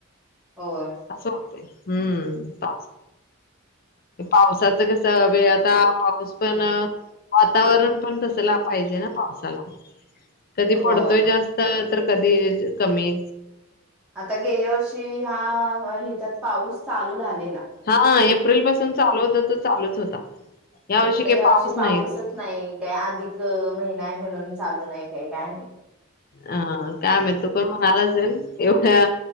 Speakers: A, in the centre; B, on the left.
A: होय
B: असं होतंय हम्म पावसाच कस वेळ आता पाऊस पण वातावरण पण तसला पाहिजे ना पावसाला कधी
A: होय.
B: पडतोय जास्तच तर कधी च कमी
A: आता गेल्या वर्षी ह्या ह्याच्यात पाऊस चालू झालेला
B: हा ऐप अप्रिल पासून चालू होता तर चालूच होता या
A: आता
B: काही
A: ह्या
B: पाऊस
A: वर्षी पाऊसच
B: नाहीच
A: नाही काय अधिक महिना आहे म्हणून चालू नाही काय काय माहित
B: अ काय माहित म्हणा आला असेल एवढ्या